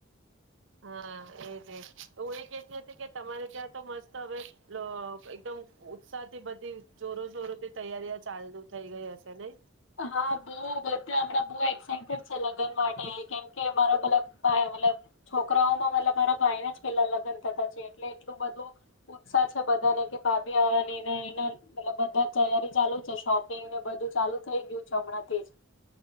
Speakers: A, on the right; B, on the left.
A: હા એ જ એ જ. તો હું એ કેતી હતી કે તમારે ત્યાં તો મસ્ત હવે અ એકદમ ઉત્સાહ થી બધી જોરો જોરોથી તૈયારીયા ચાલુ થઈ ગઈ હશે ને.
B: હા બહુ બધા હમણાં બો એક્સાઇટેડ લગ્ન માટે કેમ કે મારા મતલબ ભાઈ મતલબ છોકરાઓમાં મતલબ મારા ભાઈના જ પેલા લગ્ન થતા છે એટલે એટલું બધું ઉત્સાહ છે બધાને કે ભાભી આવવાની ને એના મતલબ તૈયારી ચાલુ છે શોપિંગને બધું ચાલુ થઈ ગયું છે હમણાં તેજ.